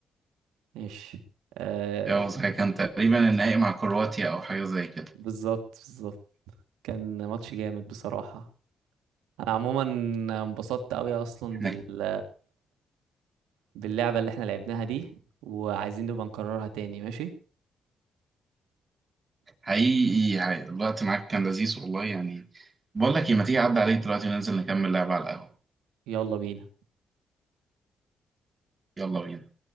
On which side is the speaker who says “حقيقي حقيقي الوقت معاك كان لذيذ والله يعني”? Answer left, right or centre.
Right